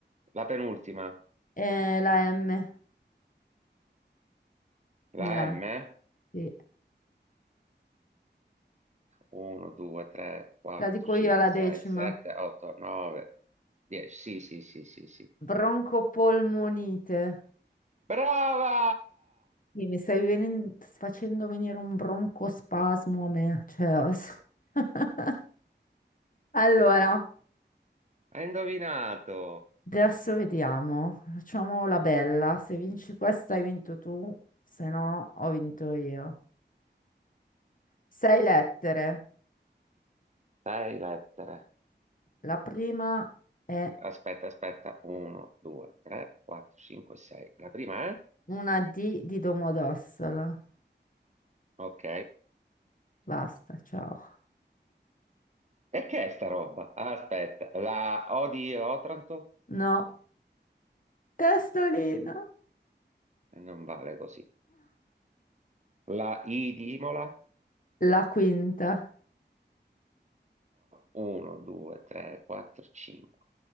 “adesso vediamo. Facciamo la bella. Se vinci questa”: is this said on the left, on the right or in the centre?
Left